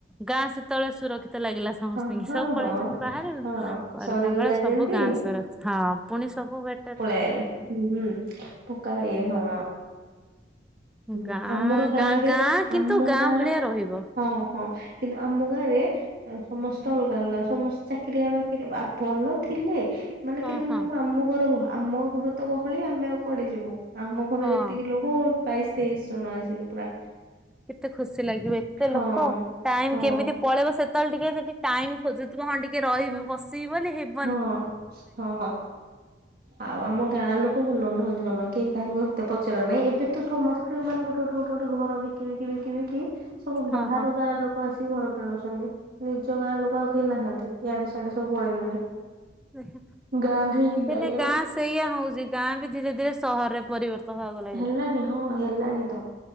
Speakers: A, in the centre; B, on the right (about 55°).
A: ଗାଁ ସେତେବେଳେ ସୁରକ୍ଷିତ ଲାଗିଲା ସମସ
B: ହଁ ହଁ
A: ସବୁ ପଳେଇଚନ୍ତି
B: ହଁ
A: ବାହାରେ
B: ହଁ
A: କରୋନା
B: ସରିଗଲା
A: ବେଳେ ସବୁ
B: ଯେମିତି
A: ଗାଁ ସାରା ହଁ ପୁଣି ସବୁ ବେ
B: ପଳିଆଇଲେ ହୁଁ ହୁଁ ପୋକା ଇଏ ହଁ।
A: ଗାଁ
B: ହୁଁ ଆମର ଗାଁରେ
A: ଗାଁ ଗାଁ କିନ୍ତୁ
B: ଆମ ଗାଁ
A: ଭଳିଆ ରହିବ
B: ହଁ ହଁ। କିନ୍ତୁ ଆମ ଗାଁରେ ସମସ୍ତେ ଅଲଗା ଅଲଗା ସମସ୍ତେ ଚାକିରିଆ ବାକିରି ଆ ଭଲ ଥିଲେ ମାନେ
A: ହଁ
B: କିନ୍ତୁ
A: ହଁ
B: ମୋ ମାମୁଁ ଘର ନୁହ ଆମ ଘର ତ ଗହଳି ଆମେ ଆଉ କୁଆଡ଼େ ଯିବୁ। ଆମ ଘରେ
A: ହଁ।
B: ଯେତିକି ଲୋକ ବାଇଶି ତେଇଶି ଜଣ ଆସିକି ପୁରା
A: କେତେ ଖୁସି ଲାଗିବ ଏତେ
B: ହଁ
A: ଲୋକ ଟାଇମ୍
B: ହଁ
A: କେମିତି ପଳେଇବ ସେତେବେଳେ ଟିକେ ସେଠୀ ଟାଇମ୍ ଖୋଜୁଥିବୁ ହଁ ଟିକେ ରହିବି
B: ହଁ
A: ବସିବି ବୋଲି ହେବି
B: ହଁ ହଁ ହଁ ଆଉ ଆମ ଗାଁ ଲୋକ ଭଲ ନୁହଁନ୍ତି ଜମା କେହି କାହାକୁ ସେତେ ପଚାର ନାଇଁ ଏବେ ତ ସମସ୍ତେ ମାନେ ଗୋଟେ ଗୋଟେ ଗୋଟେ ଗୋଟେ ଘର ବି କିବି ବିକି ବିକି ସବୁ
A: ହଁ
B: ବାହାର
A: ହଁ।
B: ଗାଁ ଲୋ କ ଆସିକି ଘର କିଣୁଛନ୍ତି ନିଜ ଗାଁ ଲୋକ ଆଉ କେହି ନାହାନ୍ତି ଇଆଡେ ସିଆଡେ ସବୁ ପଳେଇଲେଣି।
A: ଉହୁଁ
B: ଗାଁ ହେଇକି
A: ସେମତି
B: ନାଇଁ
A: ହେଲେ
B: ଆଉ।
A: ଗାଁ ସେଇଆ ହଉଚି ଗାଁ ବି ଧୀରେ ଧୀରେ ସହରରେ ପରିବର୍ତ୍ତନ ହବାକୁ ଲାଗିଲାଣି।
B: ହେଲାଣି ହଁ ହେଲଣି ତ।